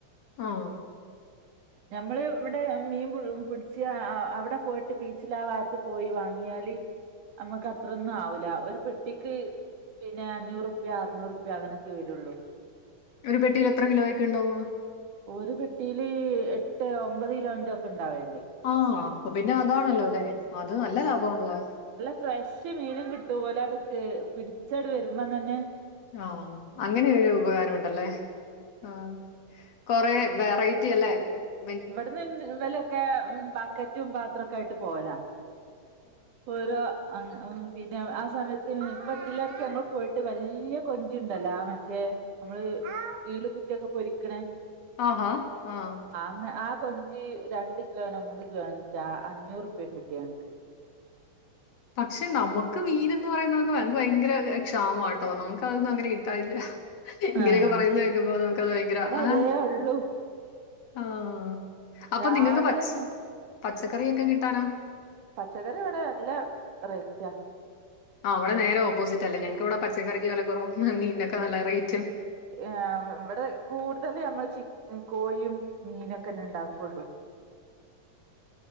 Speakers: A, on the left; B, on the right.
A: ആഹ്
B: നമ്മള് ഇവിടെ മീം പു പുടിച്ചാ അ അവിടെ പോയിട്ട് ബീച്ചിലാവാത്ത് പോയി വാങ്ങിയാല് ഞമ്മക്കത്രൊന്നുആവൂല ഒരു പെട്ടിക്ക് പിന്നെ അഞ്ഞൂറുപ്യ അറുന്നൂറുപ്യ അങ്ങനൊക്കെ വെരൊള്ളൂ
A: ഒരു പെട്ടീല് എത്ര കിലോയൊക്കെ ഇണ്ടാവാ
B: ഒരു പെട്ടീല് എട്ട് ഒമ്പത് കിലോൻ്റോക്കെ ഇണ്ടാവെൽണ്ട്
A: ആ അപ്പൊപിന്നെ അതാണല്ലോല്ലെ അത് നല്ല ലാഭാണ്ലോ
B: ഫ്രഷ്മീനും കിട്ടും ഓലവ്ട്ക്ക് പിടിച്ചണ് വെരുമ്പോതന്നെ
A: ആഹ് അങ്ങനേരു ഉപകാരമുണ്ടല്ലേ ആഹ് കൊറേ വെറൈറ്റിയല്ലേ ഉം
B: ഇവിട്ന്ന് ഉം വലൊക്കെ ഉം ബക്കറ്റും പാത്രോക്കായിട്ട് പോവല ഒരാ അങ്ങ് അഉ പിന്നെ ആ സമയത്ത് ഇപ്പതിലൊക്കെങ്ങൾ പോയിട്ട് വല്ല്യ കൊഞ്ചുണ്ടല്ലാ ആ മറ്റേ ഞമ്മള് ഈള് കുത്ത്യോക്കെ പൊരിക്ക്ണേ
A: ആഹാ ആഹ്
B: ങ്ങേ ആ കൊഞ്ചി രണ്ട് കിലോനോ മൂന്ന് കിലോനോറ്റെ ആ അഞ്ഞൂറുപ്യേകിട്ട്യാഞൻക്ക്.
A: പക്ഷെ നമൊക്ക് മീനെന്ന് പറയുന്നവയങ്കര ക്ഷാമാട്ടോ നമൊക്ക് അതൊന്നും അങ്ങനെ കിട്ടാറില്ല ഇങ്ങനെയൊക്കെ
B: ആഹ്
A: പറയുന്നെ കേക്കുമ്പോ നമുക്കത് ഭയങ്കര
B: ഇവിടെ
A: ആ
B: അതേ ഉള്ളൂ
A: ആഹ് അപ്പൊ
B: രാവിലെന്നെ
A: നിങ്ങക്ക് പച് പച്ചക്കറിയൊക്കെ കിട്ടാനോ?
B: പച്ചക്കറി ഇവടെ നല്ല റേറ്റ
A: ആഹ് അവടെ നേരെ ഓപ്പോസിറ്റല്ലെ ഞങ്ങക്കിവിടെ പച്ചക്കറിക്ക് വില കൊറവും മീന്നൊക്ക നല്ല റേറ്റും
B: ഏഹ് വടെ കൂടുതല് ഞമ്മൾ ചിക് കോഴിയും മീനൊക്കെന്നെണ്ടാക്കൊള്ളൂ